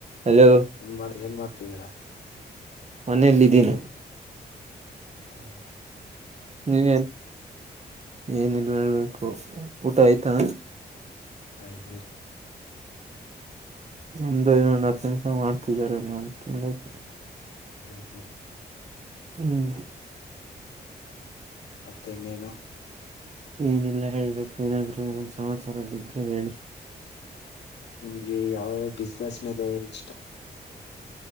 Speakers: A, on the right (about 40°); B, on the left (about 90°).
A: hello
B: ಏನ್ ಮಾಡ ಏನ್ ಮಾಡ್ ೀರಾ
A: ಮನೇೆಯಲ್ಲಿ ಇದಿದ್ದೀನ
B: ಹಾ
A: ನೀನ್ ಏನಲ್ ಹೇಳ್ಬೇಕು ಉಟಾಯತಾ
B: ಆಯ್ತು
A: ನಿಮ್ಧು ಇನ್ನೊಂದು ಹತ್ತು ನಿಮಿಷ ಮಾಡ್ತ ಹಗಾರ ಮಾಡ್ ತಿನ್ಬೇಕ
B: ಹಾ ಹಾ
A: ಹ್ಮ್
B: ಮತ್ತೆ ಇನ್ನೇನು
A: ಏನಿಲ್ಲ ಹೇಳ್ಬೇಕು ಏನಾದ್ರೂ ಒಂದ್ ಸಸರ ಬಿದ್ರೆ ಹೇಳಿ
B: ನಿಮಗೆ ಯಾವ ಬಿಸ್ನೆಸ್ ಮೇಲೆ ಇ